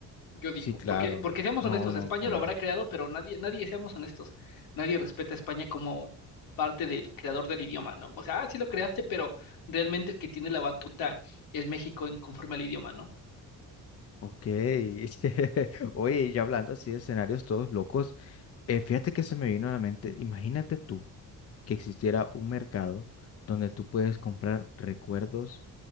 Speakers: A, on the left; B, on the left.
A: Yo digo,
B: Sí, claro.
A: porque, porque seamos
B: No,
A: honestos,
B: no,
A: España
B: claro.
A: lo habrá creado, pero nadie, nadie, seamos honestos, nadie respeta a España como parte del creador del idioma, ¿no? O sea, ah, sí lo creaste, pero realmente el que tiene la batuta es México en conforme al idioma, ¿no?
B: Ok. <laughs> Oye, ya hablando así de escenarios todos locos, eh, fíjate que se me vino a la mente, imagínate tú que existiera un mercado donde tú puedes comprar recuerdos